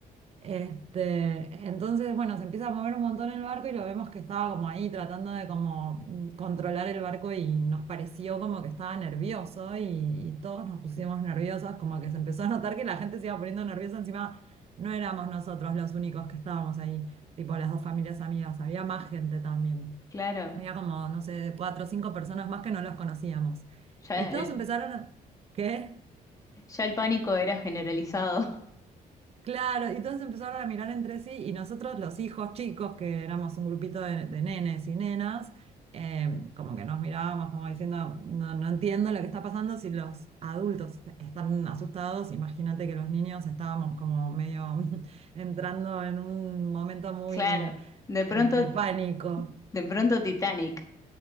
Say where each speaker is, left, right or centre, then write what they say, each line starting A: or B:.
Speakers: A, on the right; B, on the left.
A: Este, entonces, bueno, se empieza a mover un montón el barco y lo vemos que estaba como ahí tratando de como mm, controlar el barco y nos pareció como que estaba nervioso y, y todos nos pusimos nerviosos, como que se empezó a notar que la gente se iba poniendo nerviosa, encima no éramos nosotros los únicos que estábamos ahí, tipo las dos familias amigas, había más gente también.
B: Claro.
A: Había como, no sé, cuatro o cinco personas más que no los conocíamos.
B: Ya
A: Y todos
B: el,
A: empezaron a... ¿Qué?
B: ya el pánico era generalizado. <laughs>
A: Claro, y todos empezaron a mirar entre sí y nosotros los hijos chicos, que éramos un grupito de, de nenes y nenas, eh, como que nos mirábamos como diciendo, no, no entiendo lo que está pasando si los adultos están asustados, imagínate que los niños estábamos como medio <laughs> entrando en un momento muy
B: Claro. De pronto,
A: eh, de pánico.
B: de pronto Titanic.